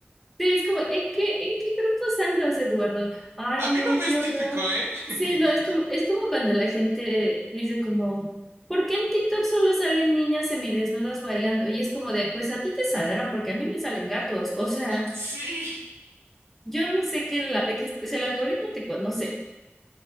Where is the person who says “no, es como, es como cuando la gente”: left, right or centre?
Centre